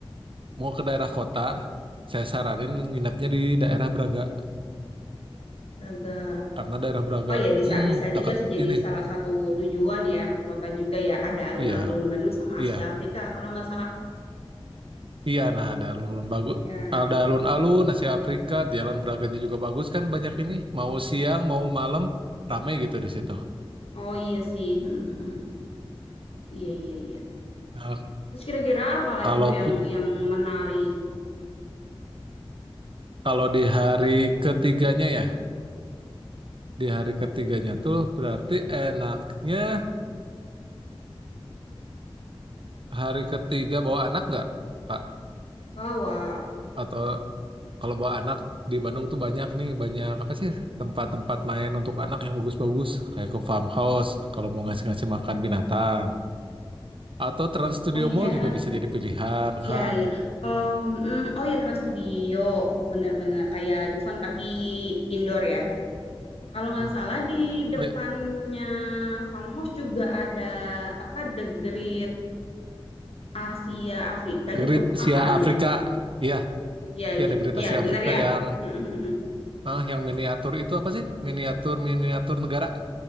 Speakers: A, on the right (about 60°); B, on the left (about 80°).
A: mau ke daerah kota, saya saranin nginepnya di daerah Braga
B: Raga.
A: karena daerah Braga,
B: Oh iya bisa
A: mm,
B: bisa juga
A: dekat
B: sih jadi
A: ini.
B: salah satu tujuan ya ke kota juga ya ada alun-alun
A: Iya,
B: Bandung sama
A: iya.
B: Asia Afrika kalau nggak salah.
A: Iya, nah ada alun-alun bagus,
B: Ya,
A: ada alun-alun, nasi Afrika, jalan Braganya juga bagus kan banyak ini. Mau siang, mau malam, rame gitu di situ.
B: oh iya sih, Hmm, hmm, hmm. hmm. iya iya iya.
A: Nah,
B: Terus kira-kira apa lagi
A: kalau
B: tuh yang
A: pu-
B: yang menarik
A: kalau di hari ketiganya ya, di hari ketiganya tuh berarti enaknya hari ketiga bawa anak nggak, Kak?
B: bahwa
A: Atau kalau bawa anak di Bandung tuh banyak nih, banyak apa sih tempat-tempat main untuk anak yang bagus-bagus, kayak ke farmhouse kalau mau ngasih-ngasih makan binatang. Atau Trans Studio
B: oh iya
A: Mall juga bisa jadi pilihan
B: iya
A: kan.
B: iya. Oh, hmm, oh ya Trans Studio bener-bener kayak Dufan tapi indoor ya. Kalau nggak
A: Hmm.
B: salah di depannya
A: Oh, iya.
B: Farmhouse juga ada apa The Great Asia Afrika
A: The
B: gitu
A: Great Asia
B: apa namanya
A: Afrika.
B: tuh
A: Iya,
B: ya
A: ya
B: gitu
A: The Great Asia
B: ya
A: Afrika
B: bener ya
A: yang
B: Mm, mm, mm.
A: ah, yang miniatur itu apa sih? Miniatur miniatur negara